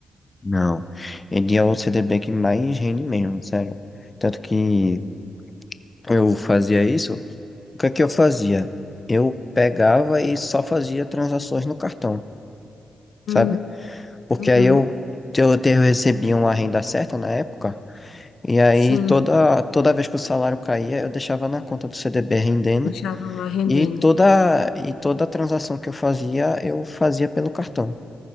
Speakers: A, on the left (about 20°); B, on the left (about 80°).
A: Não, ele é o CDB que mais rende mesmo, sério. Tanto que eu fazia isso, o que é que eu fazia? Eu pegava e só fazia transações no cartão,
B: Uhum,
A: sabe? Porque
B: uhum,
A: aí eu, eu, te- eu recebi uma renda certa na época, e aí
B: sim,
A: toda, toda vez que o salário caía, eu deixava na conta do CDB rendendo,
B: deixava lá rendendo.
A: e toda, e toda transação que eu fazia, eu fazia pelo cartão,